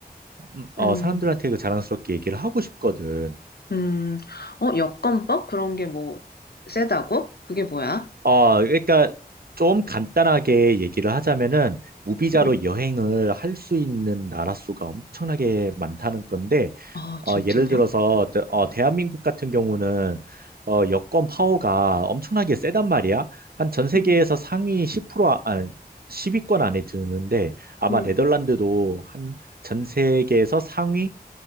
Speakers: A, on the right; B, on the left.
A: 음, 어,
B: 음,
A: 사람들한테 그 자랑스럽게 얘기를 하고 싶거든.
B: 음. 어, 여권법? 그런 게 뭐 세다고? 그게 뭐야?
A: 어, 그러니까 좀 간단하게 얘기를 하자면은 무비자로
B: 음,
A: 여행을 할 수 있는 나라 수가 엄청나게 많다는 건데,
B: 아,
A: 어,
B: 진짜?
A: 예를 들어서 대- 어, 대한민국 같은 경우는 어, 여권 파워가 엄청나게 세단 말이야. 한 전 세계에서
B: 음,
A: 상위 10% 아, 아십 위권 안에 드는데 아마
B: 음.
A: 네덜란드도 한 전 세계에서 상위